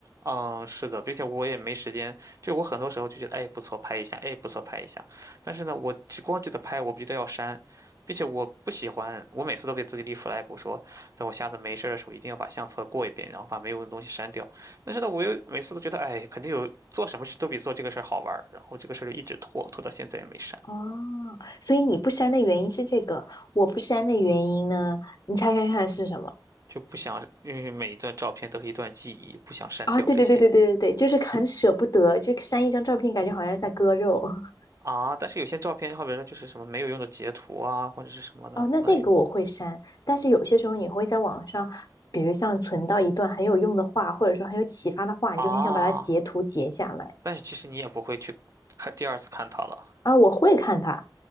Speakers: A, on the right; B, on the left.
A: 嗯，是的，并且我也没时间，就我很多时候就觉得，哎，不错，拍一下，哎，不错，拍一下。但是呢，我只光记得拍，我不记得要删，并且我不喜欢，我每次都给自己立 flag，我说，等我下次没事儿的时候，一定要把相册过一遍，然后把没有用的东西删掉。但是呢，我又每次都觉得，哎，肯定有做什么事都比做这个事儿好玩儿，然后这个事儿就一直拖，拖到现在也没删，
B: 哦。所以你不删的原因是这个，我不删的原因呢？你猜猜看是什么？
A: 就不想，因为每一段照片都是一段记忆，不想删掉这些
B: 啊，对对对对对对对，就是很舍不得，就删一张照片，感觉好像在割肉。<laughs>
A: 啊。但是有些照片，好比说就是什么没有用的截图啊，或者是什么的，
B: 哦，那那个我会删，
A: 那有。
B: 但是有些时候你会在网上，比如像存到一段很有用的话，或者说很有启发的话，
A: 啊，
B: 你就很想把它截图截下来
A: 但是其实你也不会去看第二次看它了。
B: 啊。我会看它，